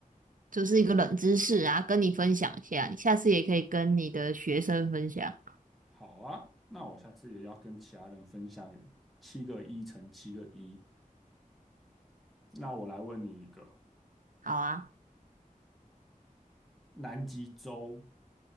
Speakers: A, on the right; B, in the centre.
A: 就是一个冷知识啊，跟你分享一下，你下次也可以跟你的学生分享，
B: 好啊，那我下次也要跟其他人分享七个一乘七个一。那我来问你一个：
A: 好啊。
B: 南极洲